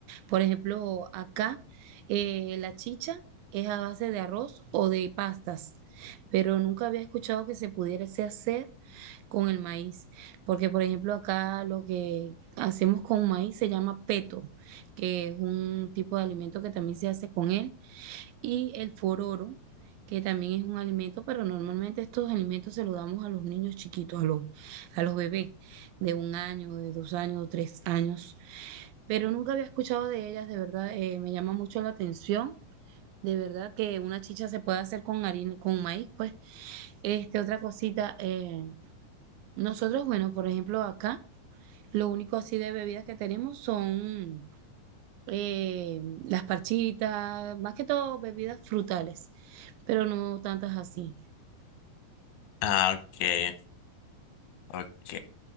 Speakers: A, on the right (about 80°); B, on the left (about 80°).
A: Por ejemplo, acá eh, la chicha es a base de arroz o de pastas, pero nunca había escuchado que se pudiese hacer con el maíz, porque, por ejemplo, acá lo que hacemos con maíz se llama peto, que es un tipo de alimento que también se hace con él. y el fororo, que también es un alimento, pero normalmente estos alimentos se los damos a los niños chiquitos, a los, a los bebés de un año, de dos años, de tres años. Pero nunca había escuchado de ellas, de verdad, eh, me llama mucho la atención. De verdad que una chicha se puede hacer con harina, con maíz, pues. Este, otra cosita, eh, nosotros, bueno, por ejemplo, acá, lo único así de bebidas que tenemos son eh, las parchitas, más que todo bebidas frutales, pero no tantas así.
B: Ah, ok, ok.